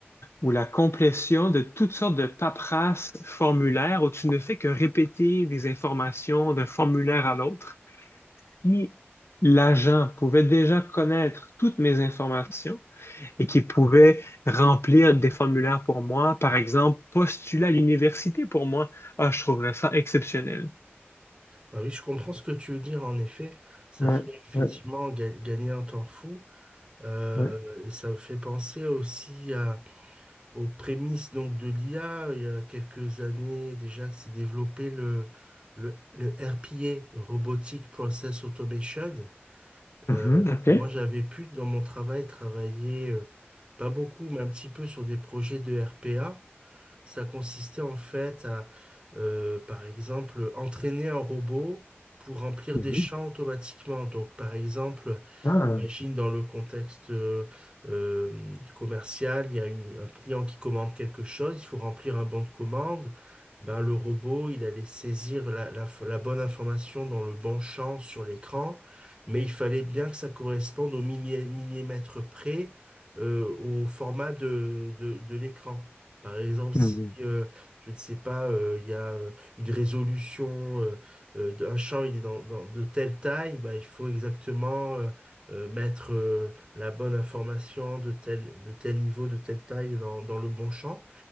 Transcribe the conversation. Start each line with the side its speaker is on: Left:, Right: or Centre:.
Left: ou la complétion de toutes sortes de paperasses formulaires où tu ne fais que répéter des informations d'un formulaire à l'autre. qui, l'agent, pouvait déjà connaître toutes mes informations et qui pouvait remplir des formulaires pour moi, par exemple, postuler à l'université pour moi. Ah, je trouverais ça exceptionnel.
Right: Alors oui, je comprends ce que tu veux dire. En effet, ça
Left: Ouais,
Right: ferait effectivement
Left: ouais,
Right: ga- gagner un temps fou. euh,
Left: ouais.
Right: et ça me fait penser aussi aux prémices donc de l'IA. Il y a quelques années déjà que s'est développé le, le, le RPA, Robotic Process Automation.
Left: Mhm,
Right: Euh,
Left: OK.
Right: moi, j'avais pu dans mon travail travailler euh, pas beaucoup, mais un petit peu sur des projets de RPA. Ça consistait en fait à, euh, par exemple, entraîner un robot pour remplir
Left: Mhm.
Right: des champs automatiquement. Donc, par exemple,
Left: Ah,
Right: J'imagine dans le contexte euh, euh, commercial, il y a une- un client qui commande quelque chose, il faut remplir un bon de commande. Ben, le robot, il allait saisir la, la f- la bonne information dans le bon champ sur l'écran, mais il fallait bien que ça corresponde au millié- millimètre près euh, au format de, de- de l'écran. Par exemple,
Left: mhm,
Right: si, euh, je ne sais pas, euh, il y a euh, une résolution, euh, euh, d'un champ, il est dans, dans- de telle taille, ben, il faut exactement... euh, euh, mettre euh, la bonne information de tel, de tel niveau, de telle taille dans, dans le bon champ.